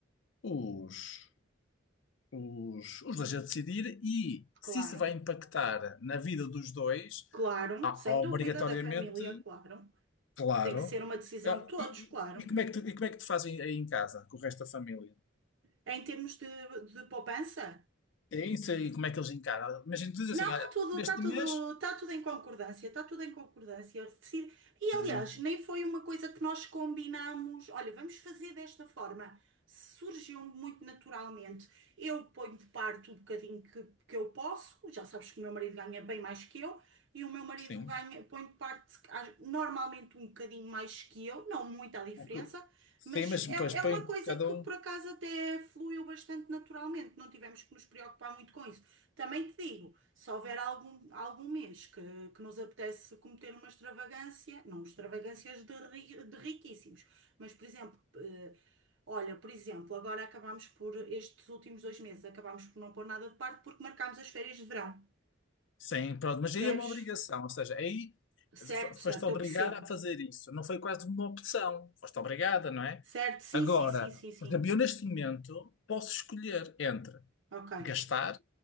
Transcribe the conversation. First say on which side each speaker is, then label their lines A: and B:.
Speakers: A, on the left; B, on the right.
A: os os, os dois a decidir e se
B: Claro,
A: isso vai impactar na vida dos dois,
B: claro,
A: ah,
B: sem
A: obrigatoriamente,
B: dúvida, da família, claro.
A: claro.
B: Tem que ser uma decisão
A: Eu-
B: de todos,
A: E,
B: claro.
A: e- e como é que tu, e como é que tu fazem aí em casa, com o resto da família?
B: É Em termos de, de poupança,
A: É isso aí, como é que eles encaram? Imagina, tu dizes
B: não,
A: assim,
B: está
A: olha,
B: tudo,
A: neste
B: está tudo,
A: mês,
B: está tudo em concordância, está tudo em concordância. Eu decido- E
A: ah,
B: aliás, nem foi uma coisa que nós combinámos. Olha, vamos fazer desta forma. Surgiu muito naturalmente. Eu ponho de parte o bocadinho que, que eu posso. Já sabes que o meu marido ganha bem mais que eu, e o meu marido
A: sim,
B: ganha, põe de parte ah, normalmente um bocadinho mais que eu, não muita diferença,
A: O que-
B: mas
A: sim, mas
B: é,
A: depois
B: é uma
A: põe
B: coisa
A: cada
B: que
A: um.
B: por acaso até fluiu bastante naturalmente. Não tivemos que nos preocupar muito com isso. Também te digo, se houver algum, algum mês que, que nos apetece cometer uma extravagância, não extravagâncias de, ri- de riquíssimos, mas, por exemplo, eh, olha, por exemplo, agora acabámos por, estes últimos dois meses, acabámos por não pôr nada de parte porque marcámos as férias de verão.
A: Sim, pronto, mas aí
B: Percebes?
A: é uma obrigação, ou seja, aí
B: Certo,
A: fo- foste
B: certo,
A: obrigada
B: eu percebo.
A: a fazer isso, não foi quase uma opção, foste obrigada, não é?
B: Certo, sim,
A: Agora,
B: sim, sim, sim, sim.
A: por exemplo, eu neste momento posso escolher entre
B: Ok.
A: gastar